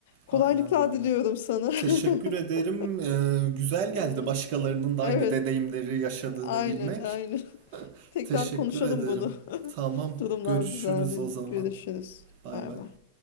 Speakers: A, on the left (about 55°); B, on the right (about 45°).
A: Kolaylıklar
B: Aynen öyle.
A: diliyorum sana.
B: Teşekkür ederim.
A: <laughs>
B: Ee, güzel
A: Eee,
B: geldi başkalarının da
A: Evet,
B: aynı deneyimleri yaşadığını
A: aynı,
B: bilmek.
A: aynı. <laughs> Tekrar
B: Teşekkür
A: konuşalım
B: ederim.
A: bunu.
B: Tamam,
A: <laughs> Durumlar
B: görüşürüz
A: düzeldiğinde
B: o zaman.
A: görüşürüz.
B: Bay
A: Bay
B: bay.
A: bay.